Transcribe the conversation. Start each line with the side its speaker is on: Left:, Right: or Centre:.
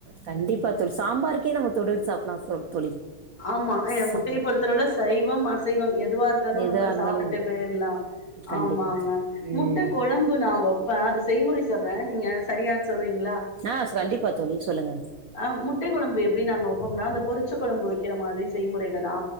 Right: கண்டிப்பா தோழி சாம்பாருக்கே நம்ம தொட்டுட்டு சாப்பிலா சோ தோழி
Left: ஆமா எ
Right: சம்
Left: முட்டய பொறுத்தளவுல சைவம் அசைவம் எதுவா இருந்தாலு
Right: எதா
Left: நம்ப
Right: இருந்தாலு
Left: சாப்டுட்டு போயிரலா
Right: கண்டிப்பா
Left: ஆமாங்க
Right: தோழி ம்
Left: முட்ட கொழம்பு நா வப்ப அது செய்முறை சொல்ற நீங்க சரியா சொல்றீங்ளா
Right: ஆ கண்டிப்பா தோழி சொல்லுங்க
Left: அ முட்டைக்குழம்பு எப்படி நாங்க வைப்போம்னா அந்த பொறிச்ச கொழம்பு வைக்கிற மாதிரி செய்முறையில தா